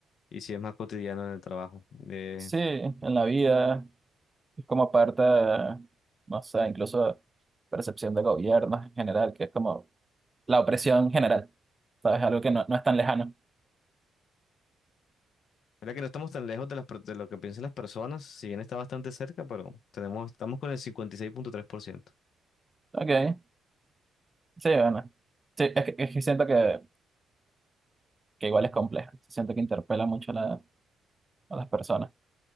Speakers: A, on the left; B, on the right.
A: Y si es más cotidiano en el trabajo. Eh,
B: Sí, en la vida. Es como parte, no sé, incluso percepción de gobierno en general, que es como la opresión general, ¿sabes? Algo que no, no es tan lejano.
A: mira que no estamos tan lejos de, las, per- de lo que piensan las personas, si bien está bastante cerca, pero tenemos, estamos con el cincuenta y seis punto tres por ciento.
B: Ok, sí, bueno. Sí, es que, es que siento que, que igual es complejo. Siento que interpela mucho a, la- a las personas.